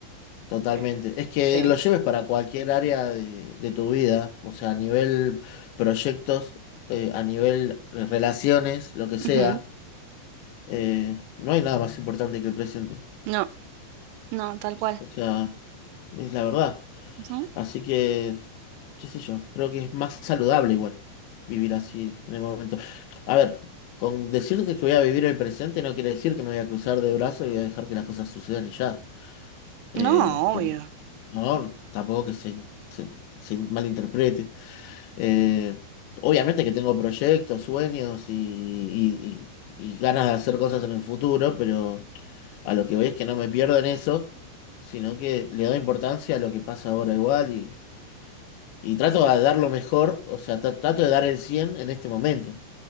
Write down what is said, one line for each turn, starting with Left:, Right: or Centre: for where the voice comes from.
Left: totalmente.
Right: Eh,
Left: Es que
Right: Sí.
Left: lo lleves para cualquier área de, de tu vida, o sea, a nivel proyectos, eh, a nivel relaciones, lo que sea.
Right: Ujú.
Left: Eh, no hay nada más importante que el presente.
Right: No, no, tal cual.
Left: O sea, es la verdad.
Right: Ujú.
Left: Así que, qué sé yo, creo que es más saludable igual vivir así en el momento. A ver, con decirte que voy a vivir el presente no quiere decir que me voy a cruzar de brazos y voy a dejar que las cosas sucedan y ya. Eh,
Right: No,
Left: que
Right: obvio,
Left: no, tampoco que se, se, se malinterprete. Eh, obviamente que tengo proyectos, sueños y, y- y- y ganas de hacer cosas en el futuro, pero a lo que voy es que no me pierdo en eso, sino que le doy importancia a lo que pasa ahora igual y, y trato de dar lo mejor, o sea, tra- trato de dar el 100 en este momento.